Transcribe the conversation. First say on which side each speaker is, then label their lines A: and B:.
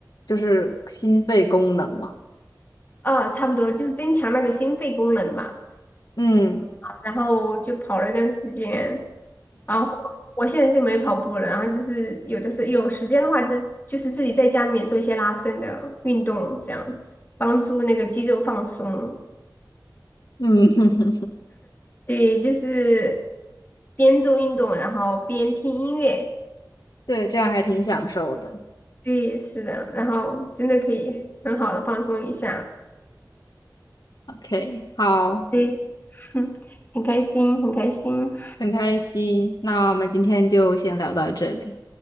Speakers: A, on the left (about 60°); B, on the left (about 25°).
A: 就是心肺功能嘛。
B: 呃，差不多就是增强那个心肺功能吧。
A: 嗯
B: 然后就跑了一段时间，然后我现在就没跑步了，然后就是有的时候有时间的话，就就是自己在家里面做一些拉伸的运动，这样子帮助那个肌肉放松。
A: 嗯，<laughs>
B: 对，就是边做运动，然后边听音乐。
A: 对，这样还挺享受的。
B: 对，是的，然后真的可以很好的放松一下。
A: OK，好，
B: 对，<laughs> 很开心，很开心。
A: 很开心。那我们今天就先聊到这里。